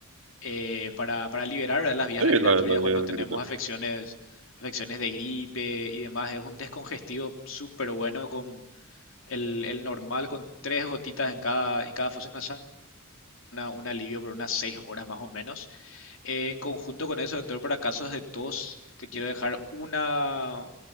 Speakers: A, on the left; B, on the right.
A: eh, para, para liberar, ¿verdad? las vías
B: Sí,
A: respiratorias
B: la, la de
A: cuando tenemos
B: Pirata-
A: afecciones, afecciones de gripe y demás. Es un descongestivo súper bueno con el, el normal, con tres gotitas en cada, en cada fosa nasal, una- un alivio por unas seis horas más o menos. En conjunto con eso, doctor, para casos de tos, te quiero dejar una,